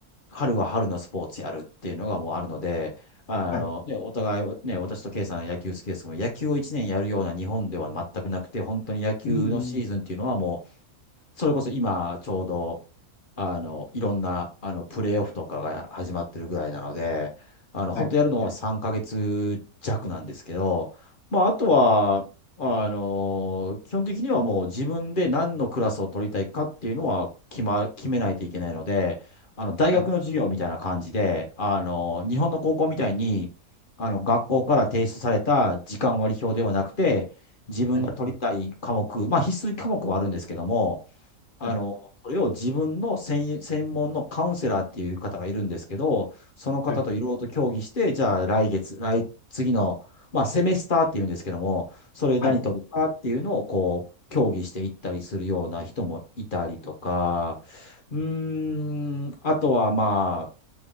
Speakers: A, on the left (about 40°); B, on the left (about 75°).
A: 春は春のスポーツやるっていうのがもうあるので、あの、
B: はい。
A: ね、お互い、ね、私とケイさん野球好きですけども、野球を1年やるような日本では全くなくて、本当に野球のシーズンっていうのはもう、
B: うん、うん
A: それこそ今、ちょうど、あの、いろんな、あの、プレーオフとかが始まってるぐらいなので、あの、本当やるのは3ヶ月弱なんですけど、
B: はい、
A: まあ、あとは、あの、基本的にはもう自分で何のクラスを取りたいかっていうのは決ま、決めないといけないので、あの、大学の授業みたいな感じで、
B: はい、
A: あの、日本の高校みたいに、あの、学校から提出された時間割表ではなくて、自分が取りたい科目、
B: はい、
A: まあ必須科目はあるんですけども、あの、
B: はい、
A: それを自分の専、専門のカウンセラーっていう方がいるんですけど、その方といろいろと協議して、
B: はい、
A: じゃあ来月、来、次の、まあセメスターっていうんですけども、それ何取るかっていうのをこう、
B: はい、
A: 協議していったりするような人もいたりとか、うーん、あとはま